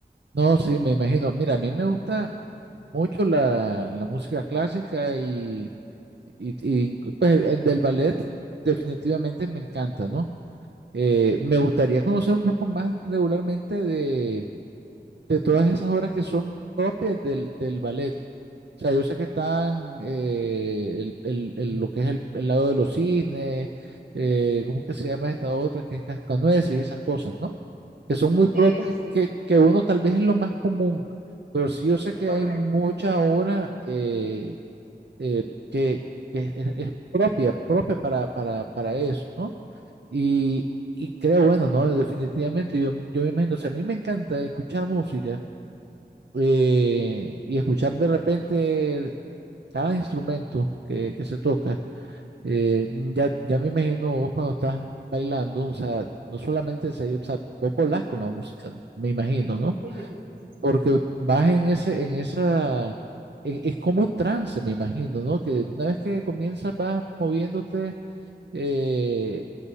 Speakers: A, on the right (about 75°); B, on the right (about 55°).
A: No, sí, me imagino. Mira, a mí me gusta mucho la, la música clásica y, y, y, pues el del ballet definitivamente me encanta, ¿no? Eh, me gustaría conocer un poco más regularmente de, de todas esas obras que son propias del, del ballet. O sea, yo sé que están eh, el, el- el- lo que es el, el lado de los cisnes, eh, ¿cómo que se llama esta otra? Que es cascanueces y esas cosas, ¿no? Que son muy propias,
B: Sí, sí, sí,
A: que, que uno tal vez es lo más común, pero sí yo sé que
B: correcto.
A: hay mucha obra eh, eh, que, que es, es propia, propia para, para, para eso, ¿no? Y, y creo, bueno, ¿no? Definitivamente, yo, yo me imagino, o sea, a mí me encanta escuchar música eh, y escuchar de repente cada instrumento que, que se toca, eh, ya, ya me imagino vos cuando estás bailando, o sea, no solamente se, o sea, vos volás con la música, me imagino, ¿no?
B: <laughs>
A: Porque vas en ese, en esa, en- es como un trance, me imagino, ¿no? Que una vez que comienzas vas moviéndote eh,